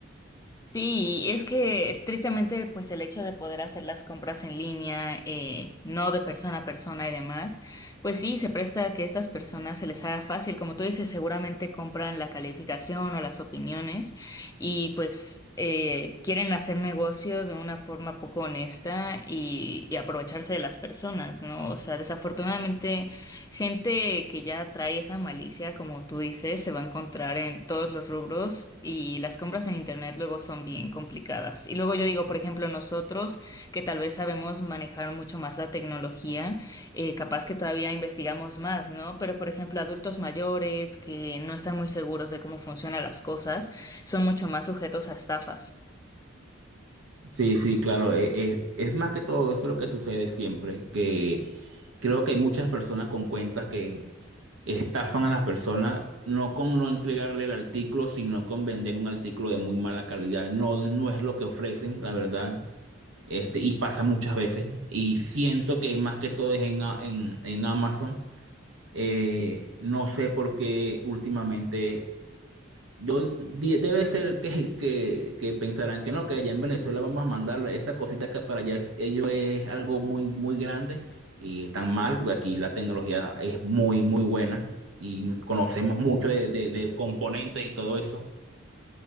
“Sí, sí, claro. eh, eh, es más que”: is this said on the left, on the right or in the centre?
Right